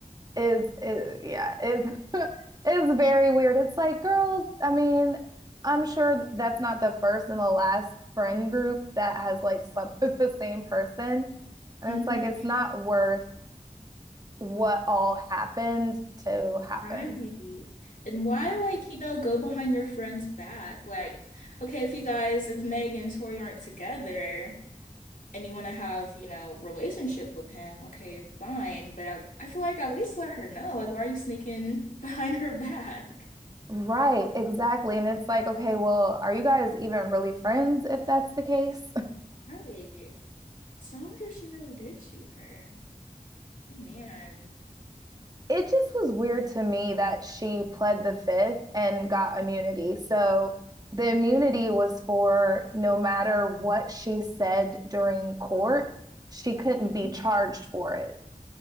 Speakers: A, on the right; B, on the left.
A: is is yeah is <laughs> is very weird. It's like girls, I mean, I'm sure that's not the first and the last friend group that has like slept <laughs> with the same person. And
B: hmm
A: it's like it's not worth what all happened to happen.
B: Right. And why, like, you know, go behind your friend's back? Like, okay, if you guys, if Meg and Tori aren't together, and you want to have, you know, relationship with him, okay, fine. But I, I feel like at least let her know. Like, why are you sneaking <laughs> behind her back?
A: Right, exactly. And it's like, okay, well, are you guys even really friends if that's the case?
B: Right. So I wonder if she really did shoot her. Oh man.
A: it just was weird to me that she pled the fifth and got immunity. So the immunity was for no matter what she said during court, she couldn't
B: Mhm.
A: be charged for it.